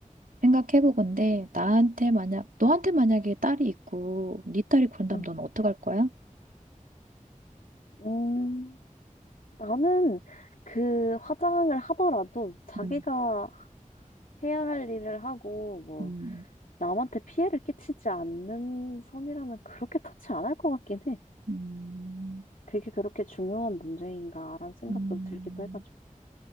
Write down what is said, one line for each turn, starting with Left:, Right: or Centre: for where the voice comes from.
Right: 생각해보건데, 나한테 만약, 너한테 만약에 딸이 있고, 네 딸이 그런다면
Left: 응.
Right: 넌 어떡할 거야?
Left: 음. 나는 그 화장을 하더라도 자기가
Right: 음,
Left: 해야 할 일을 하고 뭐
Right: 음,
Left: 남한테 피해를 끼치지 않는 선이라면 그렇게 터치 안 할 것 같긴 해.
Right: 음,
Left: 그게 그렇게 중요한 문제인가라는 생각도
Right: 음.
Left: 들기도 해가지고.